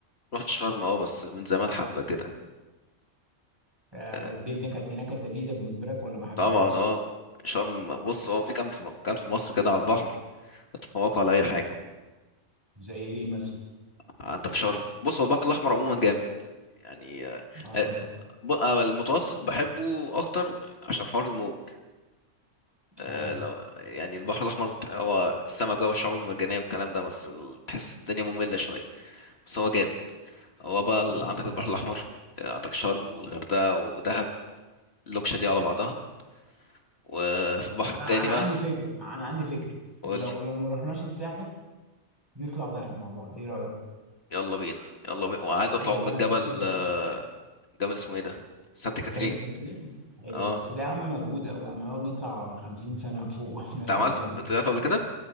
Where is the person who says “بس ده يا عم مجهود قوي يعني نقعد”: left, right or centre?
Right